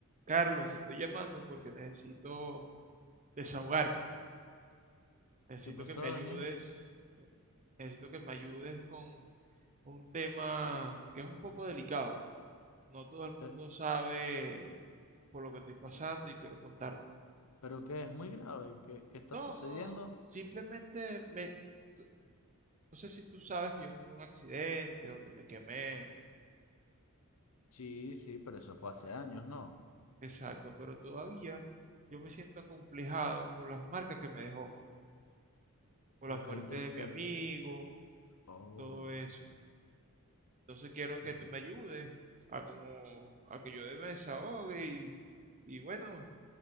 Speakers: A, on the right (about 35°); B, on the left (about 80°).
A: Carlos, te estoy llamando porque necesito desahogarme. Necesito
B: ¿Qué pasó,
A: que me ayudes.
B: Daniel?
A: Necesito que me ayudes con un tema que es un poco delicado. No todo el mundo
B: ¿Pe-
A: sabe por lo que estoy pasando y quiero contarte.
B: ¿Pero qué? ¿Es muy grave? ¿Qué, qué está
A: No,
B: sucediendo?
A: no, simplemente me, tú- no sé si tú sabes que yo tuve un accidente donde me quemé,
B: Sí, sí, pero eso fue hace años, ¿no?
A: exacto, pero todavía yo me siento acomplejado por las marcas que me dejó, por
B: Ok,
A: la muerte
B: te,
A: de mi
B: te...
A: amigo,
B: Oh,
A: todo eso. Entonces quiero
B: sí.
A: que tú me ayudes a como a que yo me desahogue y, y bueno,